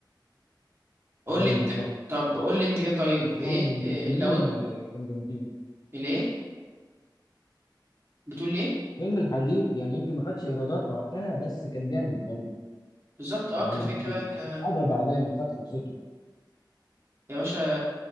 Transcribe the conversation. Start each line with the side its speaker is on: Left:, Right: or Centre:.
Right: قول
Left: ايوه
Right: لي انت
Left: صح
Right: طب قول لي انت كده طيب
Left: بس هو
Right: ايه
Left: ال-
Right: إيه
Left: الفيلمين
Right: لو انت
Left: آه، كانوا جامدين
Right: ليه بتقول ليه
Left: فيلم الحريف يعني يمكن ما خدش ايرادات وقتها بس كان جامد برضه
Right: بالظبط اه
Left: يعني
Right: كفكرة
Left: ج-
Right: ك
Left: اتحضر بعدين وخد فرصته
Right: يا باشا